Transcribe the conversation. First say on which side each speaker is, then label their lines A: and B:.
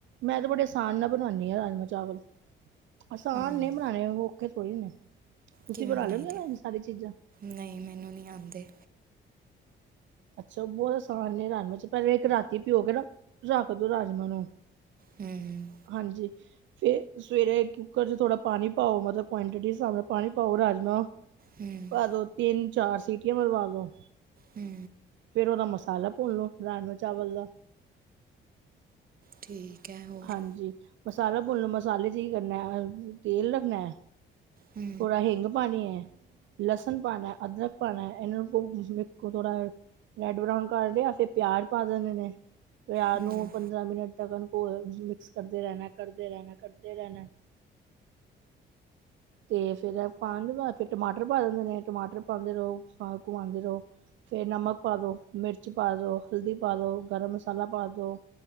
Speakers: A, on the right; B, on the right.
A: ਮੈਂ ਤੇ ਬੜੇ ਆਸਾਨ ਨਾਲ ਬਣਾਨੀ ਏ ਰਾਜਮ ਚਾਵਲ ਆਸਾਨ
B: ਹੂੰ
A: ਨੇ ਬਣਾਣੇ ਔਖੇ ਥੋੜੀ ਨੇ। ਤੁਸੀਂ
B: ਕਿਵੇ
A: ਬਣਾ
B: ਬਣਾਈ
A: ਲੈਂਦੇ ਹੋ
B: ਦੇ
A: ਸਾਰੀ ਚੀਜ਼ਾਂ?
B: ਨੇ ਮੈਨੂੰ ਨੀ ਆਂਦੇ।
A: ਅੱਛਾ ਬਹੁਤ ਆਸਾਨ ਨੇ ਰਨਮ ਪਹਿਲਾਂ ਇੱਕ ਰਾਤੀ ਪੀਓਗੇ ਨਾ ਰੱਖਦੋ ਰਾਜਮਾਹ ਨੂੰ
B: ਹੂੰ
A: ਹਾਂਜੀ- ਫਿਰ ਸਵੇਰੇ ਕੁੱਕਰ 'ਚ ਥੋੜਾ ਪਾਣੀ ਪਾਓ ਮਤਲਬ ਕੁਆਂਟਿਟੀ ਦੇ ਹਿਸਾਬ ਨਾਲ ਪਾਣੀ ਪਾਓ ਰਾਜਮਾ
B: ਹੂੰ
A: ਪਾ ਦੋ ਤਿੰਨ ਚਾਰ ਸੀਟੀਆਂ ਮਰਵਾ ਦੋ।
B: ਹੂੰ
A: ਫੇਰ ਉਹਦਾ ਮਸਾਲਾ ਭੁੰਨ ਲਓ ਰਾਜਮਾਹ ਚਾਵਲ ਦਾ
B: ਠੀਕ। ਹੈ ਹੋਰ
A: ਹਾਂਜੀ, ਮਸਾਲਾ ਭੁਨੋ ਮਸਾਲੇ ਚ ਹੀ ਕਰਨਾ ਤੇਲ ਰੱਖਣਾ।
B: ਹੂੰ,
A: ਥੋੜਾ ਹਿੰਗ ਪਾਣੀ ਐ ਲਸਣ ਪਾਣਾ ਅਦਰਕ ਪਾਣਾ ਇਹਨਾਂ ਨੂੰ ਵੇਖੋ ਥੋੜਾ ਰੈਡ ਬਰਾਉਨ ਕਰ ਲਿਆ ਫਿਰ ਪਿਆਜ ਪਾ ਦਿੰਦੇ ਨੇ। ਪਿਆਜ
B: ਹੂੰ
A: ਨੂੰ ਪੰਦਰਾਂ ਮਿੰਟ ਤੱਕ ਮਿਕਸ ਕਰਦੇ ਰਹਿਣਾ ਕਰਦੇ ਰਹਿਣਾ ਕਰਦੇ ਰਹਿਣਾ। ਤੇ ਫੇਰ ਪਾ ਦੇ ਫਿਰ ਟਮਾਟਰ ਪਾ ਦਿੰਦੇ ਨੇ ਟਮਾਟਰ ਪਾਉਂਦੇ ਰਹੋ ਘੁੰਮਾਉਂਦੇ ਰਹੋ। ਫਿਰ ਨਮਕ ਪਾ ਦਿਉ ਮਿਰਚ ਪਾ ਦਿਉ ਹਲਦੀ ਪਾ ਦਿਉ ਗਰਮ ਮਸਾਲਾ ਪਾ ਦਿਉ।